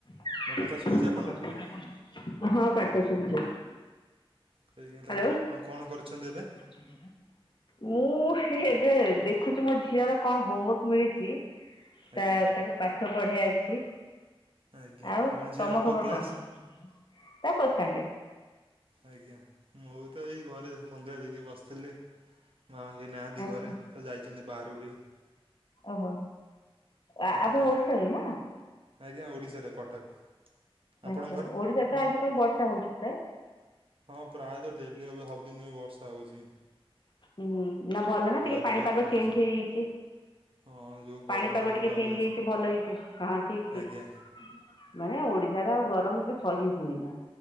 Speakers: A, on the left; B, on the right.
A: <unintelligible>
B: ମୋ କଥା ଶୁଭୁଛି ଆପଣଙ୍କୁ ସେଇଆ
A: ହ୍ୟାଲୋ
B: ତାହେଲେ ଆପଣ କଣ କରିଛନ୍ତି ଏବେ?
A: ମୁଁ ଏବେ ଦେଖୁଛି ମୋ ଝିଅର କଣ ହୋମ୍ ମିଳିଛି
B: ଆଜ୍ଞା
A: ତା ତାକୁ ପାଠ ପଢେ଼ଇଆ ଅଛି
B: ଆଜ୍ଞା
A: ଆଉ
B: ଆପଣ ଝିଅଙ୍କ
A: ତମ
B: କୋଉ
A: ଖବର
B: କ୍ଲାସ୍
A: କଣ ତାର ଫାଷ୍ଟ୍ ଷ୍ଟାଣ୍ଡାର୍ଡ।
B: ଆଜ୍ଞା ମୁଁ ତ ଏଇ ଘରେ ସନ୍ଧ୍ୟା ଦେଇକି ବସିଥିଲି ମା ବି ନାହାନ୍ତି
A: ଆଚ୍ଛା
B: ଘରେ। ତ ଯାଇଛନ୍ତି ବାହାରୁକୁ ଟିକେ।
A: ଓହୋ। ଆ-
B: ଆଜ୍ଞା
A: ଆପଣ ଓଡିଶାରୁ ନା?
B: ଆଜ୍ଞା ଓଡ଼ିଶାର କଟକ ଆପଣଙ୍କ
A: ଆଚ୍ଛା
B: ଘର
A: ଓଡିଶା ତ ଆଜି କାଇଁ ବର୍ଷା ହଉଛି ପ୍ରାୟ।
B: ହଁ ପ୍ରାୟତଃ ଡେଲି ଏବେ ସବୁଦିନ ବର୍ଷା ହଉଛି।
A: ହୁଁ ନା ଭଲ ନା ଟିକେ
B: ଏବେ
A: ପାଣିପାଗ
B: କମିଛି
A: ଚେଞ୍ଜ ହେଇଯାଇଛି।
B: ହଁ ଯେଉଁ ଗରମ
A: ପାଣିପାଗ
B: ହେଉଥିଲା
A: ଟିକେ ଚେଞ୍ଜ
B: ଏବେ
A: ହେଇଛି ଭଲ ହେଇଛି ହଁ ଠିକ୍ ଠିକ୍।
B: ଆଜ୍ଞା
A: ମାନେ ଓଡ଼ିଶାର ଗରମବି ସହି ହୁଏ ନା।